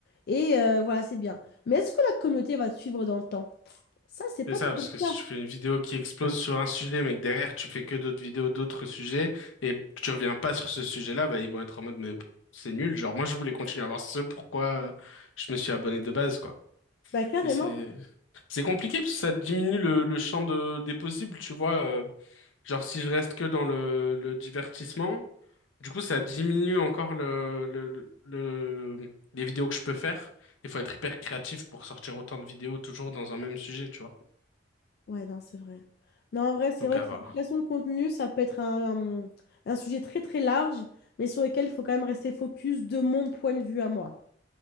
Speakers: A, on the left; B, on the left.
A: et euh, voilà, c'est bien. Mais est-ce que la communauté va te suivre dans le temps? Ça, c'est pas
B: C'est ça,
A: tout
B: parce
A: le
B: que si
A: cas.
B: tu fais une vidéo qui explose sur un sujet, mais que derrière tu fais que d'autres vidéos d'autres sujets, et que tu reviens pas sur ce sujet-là, bah ils vont être en mode mais c'est nul. Genre moi je voulais continuer à voir ce pourquoi euh, je me suis abonné de base, quoi.
A: Bah carrément.
B: Mais c'est c'est compliqué parce que ça diminue le, le champ de, des possibles, tu vois. euh, genre si je reste que dans le, le divertissement, du coup ça diminue encore le, le, le, le- les vidéos que je peux faire. Il faut être hyper créatif pour sortir autant de vidéos toujours dans un même sujet, tu vois.
A: Ouais, non, c'est vrai. Non, en vrai, c'est
B: Donc
A: vrai
B: à
A: que
B: voir.
A: la création de contenu, ça peut être un, un- un sujet très très large, mais sur lequel il faut quand même rester focus de mon point de vue à moi.